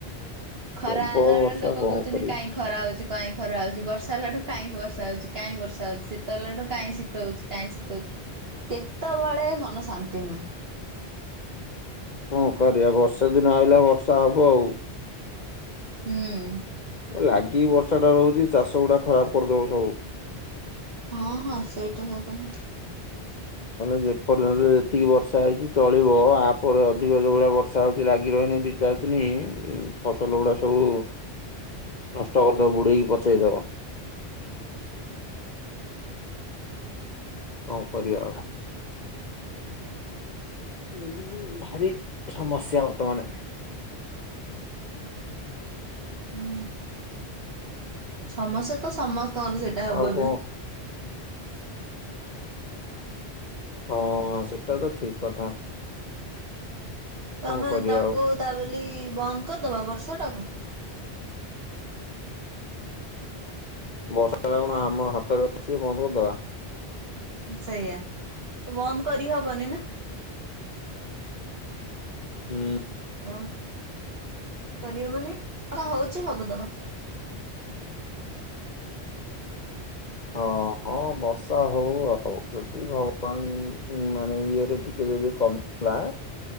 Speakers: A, on the right; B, on the left.
A: ଖରା
B: ପ୍ରବଳ
A: ହେଲା ବେଳେ
B: ବର୍ଷା
A: ଲୋକ
B: କଣ
A: କହୁଛନ୍ତି
B: କରିବୁ
A: କାଇଁ ଖରା ହଉଛି କାଇଁ ଖରା ହଉଛି। ବର୍ଷା ହେଲା ଠୁ କାଇଁ ବର୍ଷା ହଉଛି କାଇଁ ବର୍ଷା ହଉଛି। ଶୀତ ହେଲା ଠୁ କାଇଁ ଶୀତ ହଉଛି। କାଇଁ ଶୀତ ହଉଛି। କେତବଳେ ମନ ଶାନ୍ତି ନୁହେଁ।
B: କଣ କରିବା ବର୍ଷା ଦିନ ଆଇଲା ବର୍ଷା ହବ ଆଉ।
A: ହୁଁ।
B: ଏ ଲାଗିକି ବର୍ଷାଟା ରହୁଛି ଚାଷ ଗୁଡା ଖରାପ କରିଦବ ସବୁ।
A: ହଁ ହଁ ସେଇଟା ସତ ତ।
B: ମାନେ ଯେପର୍ଯ୍ୟନ୍ତ ଯେତିକି ବର୍ଷା ହେଇଛି ଚଳିବ ଆପରେ ଅଧିକ ଯୋଉଭଳିଆ ବର୍ଷ୍ ର୍ଷା ହଉଛି ଲାଗି ରହିବ ନା ଦି ଚାରଦିନି ଉଁ ଫସଲ ଗୁଡା ସବୁ ନଷ୍ଟ କରିଦବ ବୁଡେଇକି ପଚେଇ ଦବ। କଣ କରିବା ଆଉ। ହୁଁ ଭାରି ସମସ୍ୟା ବର୍ତ୍ତମାନେ।
A: ହୁଁ ସମସ୍ୟା ତ ସମସ୍ତଙ୍କର ସେଇଟା ହବ
B: ଆଉ କଣ
A: ଏବେ।
B: ହଁ ସେଇଟା ତ ଠିକ୍ କଥା। କଣ
A: ତମେ
B: କରିବା
A: ତାକୁ
B: ଆଉ
A: ତା ବୋଲି ବନ୍ଦ କରିଦବ ବର୍ଷାଟାକୁ।
B: ବର୍ଷାଟା କଣ ଆମର ହାତରେ ଅଛି ଯେ ବନ୍ଦ କରିଦବା।
A: ସେଇଆ ତ ବନ୍ଦ କରିହବନି ନା।
B: ହୁଁ।
A: ବନ୍ଦ କରିହବନି <unintelligible> ହଉଛି ହବାକୁ ଦବା।
B: ହଁ ହଁ ବର୍ଷା ହଉ ଆଉ। ଯଦି ଭଗବାନ ମାନେ ଇଏରେ ଟିକେ ଯଦି କମିଲା